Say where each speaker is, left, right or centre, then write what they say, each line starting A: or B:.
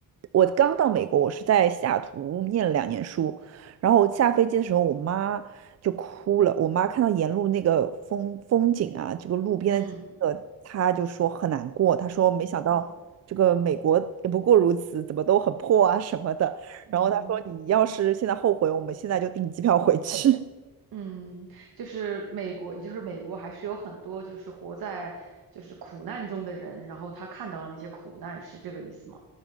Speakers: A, on the right; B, on the right.
A: 我刚到美国，我是在西雅图念了两年书，然后我下飞机的时候，我妈就哭了。我妈看到沿路那个风风景啊，这个路边的景色，
B: 嗯
A: 她就说很难过。她说没想到这个美国也不过如此，
B: 哦
A: 怎么都很破啊什么的。
B: 嗯
A: 然后他说你要是现在后悔，我们现在就订机票回去。<laughs>
B: 嗯，就是美国，就是美国还是有很多就是活在就是苦难中的人，然后他看到了那些苦难，是这个意思吗？